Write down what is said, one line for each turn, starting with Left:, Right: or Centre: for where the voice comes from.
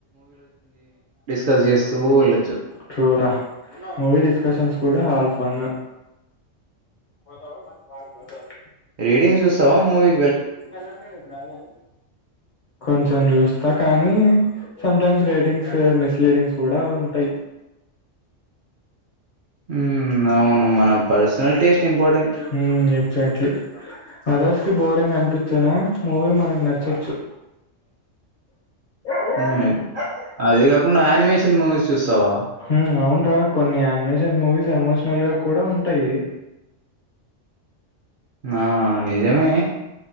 Right: డిస్కస్ చేస్తూ వెళ్ళొచ్చు
Left: ట్రూ రా మూవీ డిస్కషన్స్ కూడా హల్ ఫన్ బ బ వాే
Right: రీడింగ్ చూస్తావా మూవీ
Left: ఇది తెదిాగా
Right: <inaudible>
Left: కొంచెం చూస్తా కానీ సమ్టైమ్స్ రైటింగ్స్ మిస్లీడింగ్స్ కూడా ఉంటాయి
Right: ఉమ్ అవును మన పర్సనల్ టేస్ట్ ఇంపార్టెంట్
Left: హ ఎక్సకకల్టలీ అదర్స్ కి బోరింగ్ అనిపిస్తున్నా మూవీ మనకు నచ్చొచ్చు ఓహఓ
Right: ఉమ్ అది కాకుండా అనిమేషన్ మూవీస్ చూస్తావా
Left: హ అవును కొన్ని నిమేషన్ మూవీస్ ఎమోషనల్ గా కూడా ఉంటాయి
Right: ఆ నిజమే